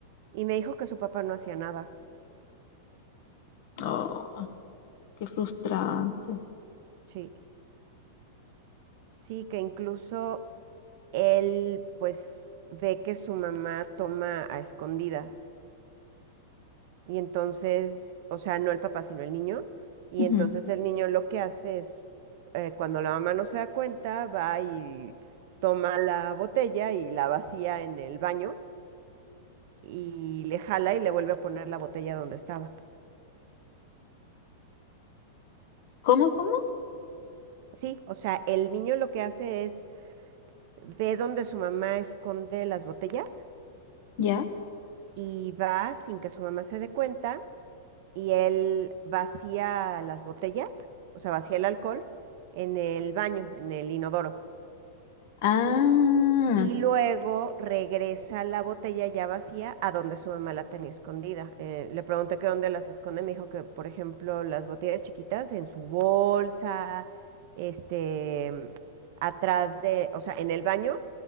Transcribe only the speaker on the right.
y me dijo que su papá no hacía nada.
Sí, sí, que incluso él pues ve que su mamá toma a escondidas. Y entonces, o sea, no el papá, sino el niño. Y
entonces el niño lo que hace es, eh, cuando la mamá no se da cuenta, va y toma la botella y la vacía en el baño y le jala y le vuelve a poner la botella donde estaba.
Sí, o sea, el niño lo que hace es ve donde su mamá esconde las botellas
y va sin que su mamá se dé cuenta y él vacía las botellas, o sea, vacía el alcohol en el baño, en el inodoro.
Y luego regresa la botella ya vacía a donde su mamá la tenía escondida. Eh, le pregunté que dónde las esconde, me dijo que, por ejemplo, las botellas chiquitas en su bolsa, este, atrás de, o sea, en el baño,